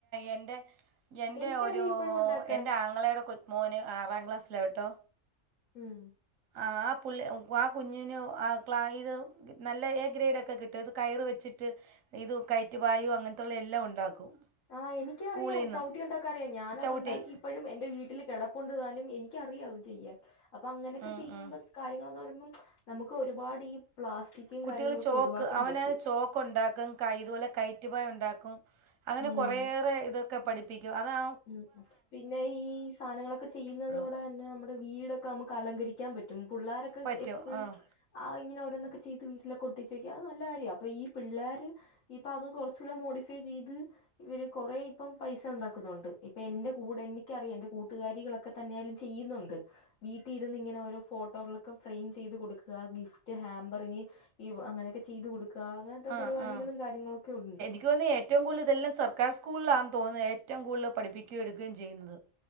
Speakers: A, on the right (about 85°); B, on the left (about 85°).
A: എൻ്റെ എൻ്റെ
B: എനിക്കറിയാം
A: ഒരു
B: ഇപ്പോഴും ഉണ്ടാക്കാൻ
A: എന്റെ ആങ്ങളയുടെ കോ മോന് ആറാം ക്ലാസ്സില കേട്ടോ
B: ഉം
A: ആഹ് ആ പുള്ളി ആ കുഞ്ഞിനു ആ ഇത് നല്ല എ ഗ്രേഡ ഒക്കെ കിട്ടുംത് കയറ് വെച്ചിട്ട് ഇത് കയറ്റ് പായും അങ്ങനത്തുള്ള എല്ലാം ഉണ്ടാക്കും
B: ആഹ് എനിക്കറിയാം
A: സ്കൂളിൽ നിന്ന്
B: ചവിട്ടി ഉണ്ടാക്ക അറിയാം ഞാനത്
A: ചവിട്ടി
B: ഉണ്ടാക്കി ഇപ്പോഴും എന്റെ വീട്ടില് കിടപ്പുണ്ട് താനും എനിക്ക അറിയാം ത് ചെയ്യാൻ അപ്പ അങ്ങനെയൊക്കെ
A: ഉം,
B: ചെയ്യുമ്പ
A: ഉം.
B: കാര്യങ്ങളെന്ന് പറയുമ്പം നമുക്ക് ഒരുപാട് ഈ പ്ലാസ്റ്റിക്കും
A: കുട്ടികള്
B: കാര്യങ്ങളൊക്കെ
A: ചോക്ക്
B: ഒഴിവാക്കാൻ
A: അവന
B: പറ്റും
A: ചോക്ക് ഉണ്ടാക്കും കൈതുപോലെ കയറ്റുപായംഉണ്ടാക്കും അങ്ങനെ
B: ഉം
A: കുറേറെ ഇതൊക്കെ പഠിപ്പിക്കും അതാ
B: ഉം ഉം പിന്നെ ഈ സാധനങ്ങളൊക്കെ ചെയ്യുന്നതോടെ
A: ഉള്ളൂ
B: ന്നെ നമ്മ വീടൊക്കെ നമുക്ക് അലങ്കരിക്കാൻ പറ്റും പിള്ളാരൊക്കെ
A: പറ്റും
B: എപ്പോഴും
A: പറ്റും ആഹ്
B: ആഹ് ഇങ്ങനെഓരോന്നൊക്കെ ചെയ്ത് വീട്ടിലൊക്കെ ഒട്ടിച്ചു വെക്കാ അത് നല്ല കാര്യ അപ്പ ഈ പിള്ളോര് ഇപ്പൊ അത് കൊറച്ചുകൂടെ മോഡിഫൈ ചെയ്ത് ഇവര് കൊറെ ഇപ്പം പൈസ ഉണ്ടാക്കും ക്കുന്നുണ്ട് ഇപ്പൊ എന്റെ കൂടെ എനിക്കറിയാം എൻ കൂട്ടുകാരികളൊക്കെ തന്നെയായാലും ചെയ്യുന്നുണ്ട് വീട്ടി ഇരുന്ന് ഇങ്ങനെ ഓരോ ഫോട്ടോകളൊക്കെ ഫ്രെയിം ചെയ്ത് കൊടുക്കുക ഗിഫ്റ്റ് ഹാമ്പറിങ്ങ ഈ വഅങ്ങനെയൊക്കെ ചെയ്തു കൊടുക്കുക അങ്ങനത്തെ
A: ആഹ്
B: പരിപാടികളും
A: ആഹ്
B: കാര്യങ്ങളൊക്കെ ഉണ്ട്
A: എനിക്ക് തോന്നുന്ന ഏറ്റവും കൂടുതൽ ഇതെല്ലാം സർക്കാർ സ്കൂളിലാണ് തോന്നുന്നത് ഏറ്റവും കൂടുതൽ പഠിപ്പിക്കുകയും എടുക്കുകയും ചെയ്യുന്നത്